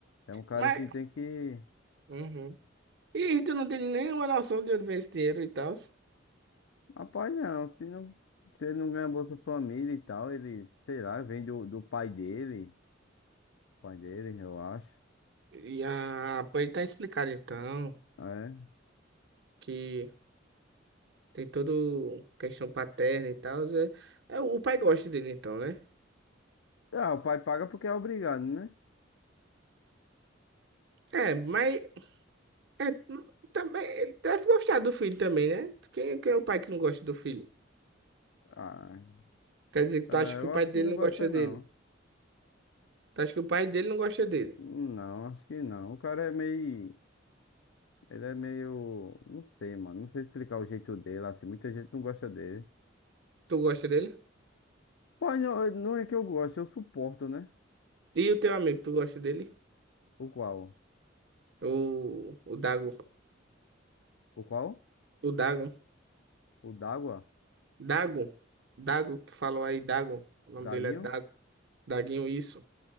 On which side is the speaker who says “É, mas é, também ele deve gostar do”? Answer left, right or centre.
Right